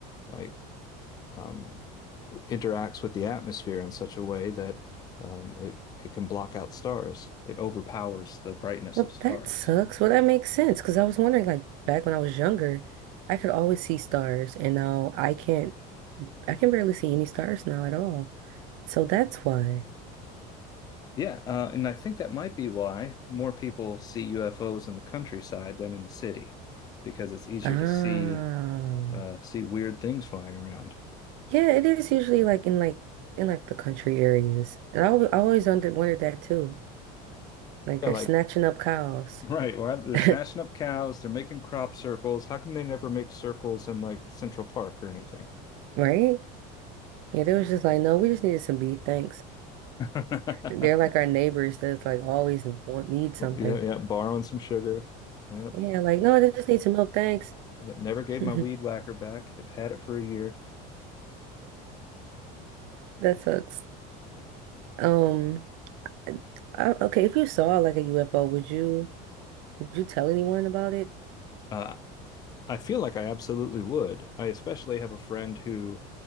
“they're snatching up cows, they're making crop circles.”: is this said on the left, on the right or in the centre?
Left